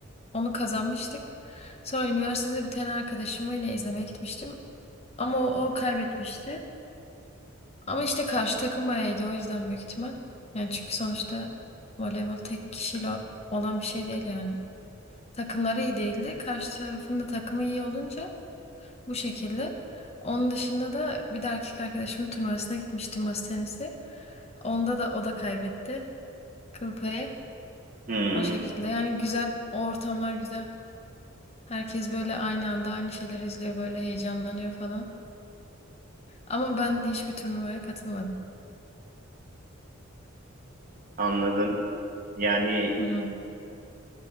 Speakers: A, on the left (about 30°); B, on the right (about 40°).
A: Onu kazanmıştık. Sonra üniversitede bir tane arkadaşımı yine izlemeye gitmiştim. Ama o, o kaybetmişti. Ama işte karşı takım bayağı iyiydi. o yüzden büyük ihtimal. Yani çünkü sonuçta voleybol tek kişiyle olan bir şey değil yani. Takımları iyi değildi. Karşı tarafın da takımı iyi olunca Bu şekilde. Onun dışında da bir de erkek arkadaşımın turnuvasına gitmiştim masa tenisi. Onda da o da kaybetti kıl payı.
B: Hmm,
A: O şekilde yani güzel o ortamlar güzel. Herkes böyle aynı anda aynı şeyleri izliyor böyle heyecanlanıyor falan. Ama ben hiçbir turnuvaya katılmadım.
B: anladım. Yani
A: Hı hı,